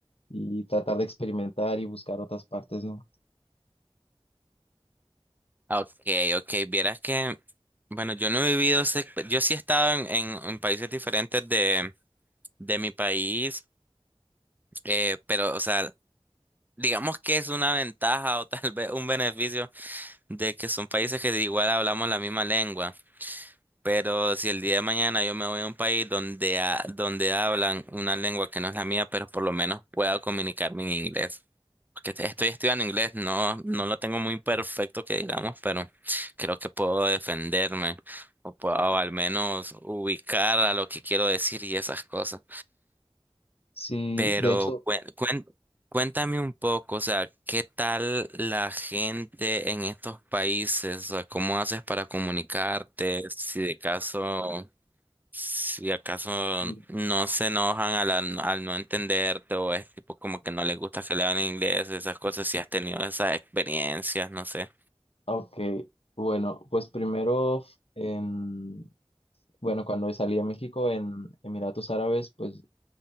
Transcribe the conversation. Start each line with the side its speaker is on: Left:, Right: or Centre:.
Left: y tratar de experimentar y buscar otras partes, ¿no?
Right: Ah, Ok, ok. Vieras que, bueno, yo no he vivido, esa exp- yo sí he estado en, en, en países diferentes de, de mi país, eh, pero, o sea, digamos que es una ventaja o tal vez un beneficio de que son países que igual hablamos la misma lengua. Pero si el día de mañana yo me voy a un país donde, ha- donde hablan una lengua que no es la mía, pero por lo menos pueda comunicarme en inglés. Porque te- estoy estudiando inglés, no, no lo tengo muy perfecto que digamos, pero creo que puedo defenderme o, puedo, o al menos ubicar a lo que quiero decir y esas cosas.
Left: Sí,
Right: Pero
Left: de hecho...
Right: cuen- cuen- cuéntame un poco, o sea, ¿qué tal la gente en estos países? O sea, ¿cómo haces para comunicarte? Si de caso... Si acaso
Left: <laughs>
Right: no se enojan al, al no entenderte o es tipo como que no les gusta que le hablen inglés, esas cosas, si has tenido esas experiencias, no sé.
Left: Ok, bueno, pues primero, en, bueno, cuando salí a México en Emiratos Árabes, pues